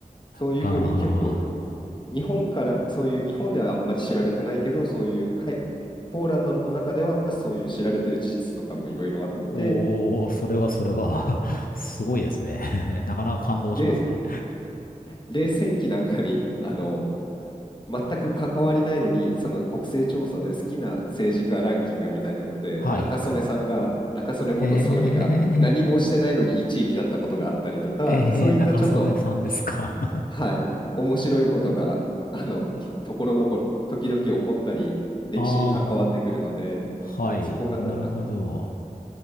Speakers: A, on the left; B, on the left.
A: そういうふうに結構、
B: ああ。
A: 日本から、そういう日本ではあんまり知られてないけど、そういう海ポーランドの中ではそういう知られてる事実とかもいろいろあって、
B: おー、それはそれは <laughs> すごいですね <laughs> なかなか感動しますね。
A: で、冷戦期なんかにあの全く関わりないのに、その国勢調査で好きな政治家ランキングみたいなので、
B: はい。
A: 中曽根さんが、中曽根元総理が何もしてないのに1位になったことがあったりとか、
B: えー、えー、
A: そういったちょっと、
B: 中曽根さんですか <laughs>
A: はい、面白いことが、あの、きところどころ、時々起こったり、歴史に関わってくるので、
B: ああー、はい、
A: そこがなんか
B: なるほど。